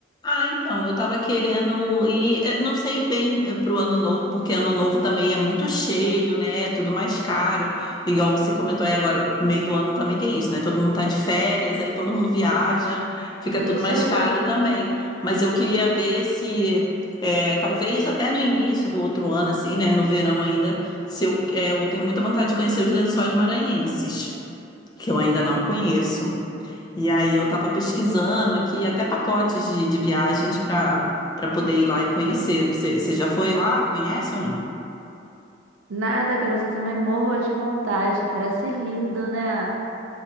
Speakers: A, on the left; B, on the right.
A: Ah, então, eu estava querendo ir, eh, não sei bem para o ano novo, porque ano novo também é muito cheio, né? É Tudo mais caro. Igual você comentou aí agora, meio do ano também tem isso, né? Todo mundo tá de férias, aí todo mundo viaja, fica
B: Isso
A: tudo mais
B: aí.
A: caro também. Mas eu queria ver se, eh, talvez até no início do outro ano, assim, né? No verão ainda, se eu, eh, eu tenho muita vontade de conhecer os Lençóis Maranhenses, que eu ainda não conheço. E aí eu estava pesquisando aqui até pacotes de, de viagens para para poder ir lá e conhecer. Você, você já foi lá? Conhece ou não?
B: Nada, garota, eu também morro de vontade. Parece lindo, né?